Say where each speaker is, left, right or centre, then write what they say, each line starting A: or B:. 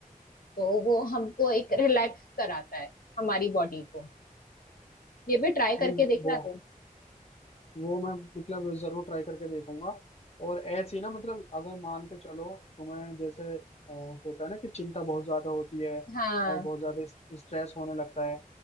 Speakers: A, on the left (about 80°); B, on the left (about 45°).
A: तो वो हमको एक रिलैक्स कराता है हमारी बॉडी को ये भी ट्राई
B: नहीं
A: करके देखना
B: वो
A: तुम
B: वो मैं मतलब जरूर ट्राई करके देखूंगा और ऐसे ही ना मतलब अगर मान के चलो तुम्हें जैसे अ, होता है ना कि चिंता बहुत ज्यादा होती है
A: हाँ
B: और बहुत ज्यादा इस- स्ट्रेस होने लगता है